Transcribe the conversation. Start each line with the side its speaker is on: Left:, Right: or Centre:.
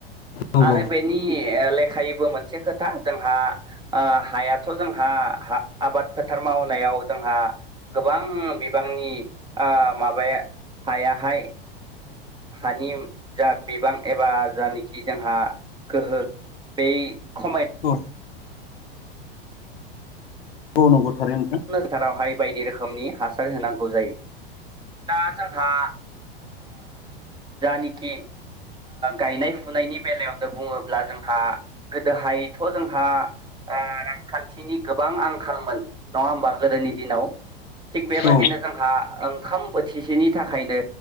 Left: नंगौ
Right: आरो बे नि लेखायैबो मोनसे खोथा जोंहा ओ हायाथ' जोंहा आबाद फोथार मावनायाव जोंहा गोबां बिबांनि माबाया हाया हाय हानि जा बिबां एबा जानाखि जोंहा गोहो बै खमाय
Left: औ औ नंगौ थारैनो नोंथां
Right: फोथारावहाय बायदि रोखोमनि हासार होनांगौ जायो दा जोंहा जानाखि गायनाय फुनायनि बेलायावनो बुङोब्ला जोंहा गोदोहायथ' जोंहा रांखान्थिनि गोबां आंखालमोन नङा होमबा गोदोनि दिनाव थिग बेबादिनो
Left: नंगौ औ
Right: जोंहा ओंखाम बोथिसेनि थाखायनो